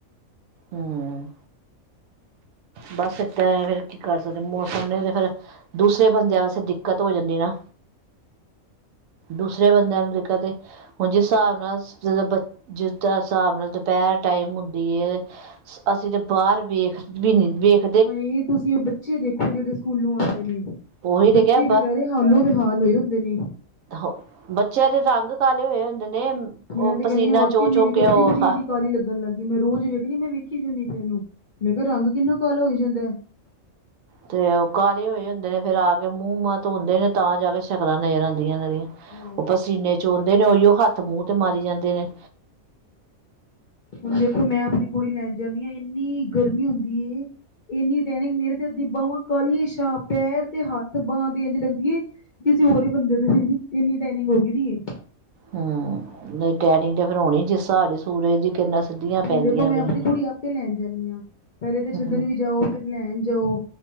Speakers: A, on the right; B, on the left.
A: ਹੂੰ ਬਸ ਏਦਾਂ ਫੇਰ ਕੀ ਕਰ ਸਕਦੇ ਮੌਸਮ ਨੇ ਤੇ ਫੇਰ ਦੂਸਰੇ ਬੰਦਿਆਂ ਵਾਸਤੇ ਦਿੱਕਤ ਹੋ ਜਾਂਦੀ ਨਾ ਦੂਸਰੇ ਬੰਦਿਆਂ ਨੂੰ ਕਦੇ ਹੁਣ ਜਿਸ ਹਿਸਾਬ ਨਾਲ ਜਦੋਂ ਬ ਜਿਸ ਤਰਾਂ ਹਿਸਾਬ ਨਾਲ ਦੁਪਹਿਰ ਟਾਈਮ ਹੁੰਦੀ ਏ ਅਸੀਂ ਤੇ ਬਾਹਰ ਵੇਖ ਵੀ ਨੀ ਵੇਖ
B: ਹਾਂਏ ਤੁਸੀਂ ਉਹ ਬੱਚੇ ਦੇਖੋ ਜਿਹੜੇ ਸਕੂਲੋਂ ਆਉਂਦੇ ਨੇ।
A: ਉਹੀ ਤੇ
B: ਬੱਚੇ
A: ਕਿਹਾ
B: ਬੇਚਾਰੇ ਹਾਲੋ ਬੇਹਾਲ ਹੋਏ ਹੁੰਦੇ ਨੇ।
A: ਹਾਂ ਬੱਚਿਆਂ ਦੇ ਰੰਗ ਕਾਲੇ ਹੋਏ ਹੁੰਦੇ ਨੇ ਉਹ
B: ਮੈਂ ਤੇ
A: ਪਸੀਨਾ
B: ਕਹਿਣੀ ਆ ਵਕੇਈ
A: ਚੋ
B: ਮੇਰੀ
A: ਚੋ
B: ਤੇ
A: ਕੇ
B: ਆਪਣੀ
A: ਉਹ
B: ਗੁੜੀਆਂ ਇੰਨੀ ਕਾਲੀ ਲੱਗਣ ਲੱਗ ਗਈ ਮੈਂ ਰੋਜ਼ ਵੇਖਣੀ ਮੈਂ ਵੇਖੀ ਜਾਂਣੀ ਫਿਰ ਇਹਨੂੰ ਮੈਂ ਕਿਹਾ ਰੰਗ ਕਿੰਨਾ ਕਾਲਾ ਹੋਈ ਜਾਂਦਾ।
A: ਤੇ ਉਹ ਕਾਲੇ ਹੋਏ ਹੁੰਦੇ ਨੇ ਫੇਰ ਆ ਕੇ ਮੂੰਹ ਮਾਂਹ ਧੋੋਂਦੇ ਨੇ ਤਾਂ ਜਾ ਕੇ ਸ਼ਕਲਾਂ ਨਜ਼ਰ ਆਉਂਦੀਆਂ ਇਹਨਾਂ ਦੀਆਂ
B: ਹਮ
A: ਉਹ ਪਸੀਨੇ ਚੋਂਦੇ ਨੇ ਉਹੀਓ ਹੱਥ ਮੂੰਹ ਤੇ ਮਾਰੀ ਜਾਂਦੇ ਨੇ
B: ਹੁਣ ਦੇਖੋ ਮੈਂ ਆਪਣੀ ਕੁੜੀ ਲੈਣ ਜਾਂਨੀ ਆ ਇੰਨੀ ਗਰਮੀ ਹੁੰਦੀ ਏ ਇੰਨੀ ਟੈਨਿੰਗ ਮੇਰੇ ਤੇ ਅੱਧੀ ਬਾਵਾਂ ਕਾਲੀਆਂ ਸ਼ਾਹ ਪੈਰ ਤੇ ਹੱਥ ਬਾਂਹ ਦੇ ਇੰਜ ਲੱਗਦੀ ਏ ਕਿਸੇ ਹੋਰ ਹੀ ਬੰਦੇ ਦੇ ਇੰਨੀ ਟੇਨਿੰਗ ਹੋਗੀ ਦੀ ਇਹ
A: ਹਮ ਨਹੀਂ ਟੈਨਿੰਗ ਤੇ ਫੇਰ ਹੋਣੀ ਜਿਸ ਸਾਬ ਦੀ ਸੂਰਜ ਦੀ ਕਿਰਨਾਂ ਸਿੱਧੀਆਂ
B: ਹੁਣ
A: ਪੈਂਦੀਆਂ
B: ਦੇਖੋ ਮੈਂ
A: ਪਈਆਂ
B: ਆਪਣੀ
A: ਨੇ
B: ਕੁੜੀ ਆਪੇ ਲੈਣ ਜਾਂਨੀ ਆ ਪਹਿਲੇ ਤਾਂ ਛੱਡਣ
A: ਹੂੰ
B: ਵੀ ਜਾਓ ਫਿਰ ਲੈਣ ਜਾਓ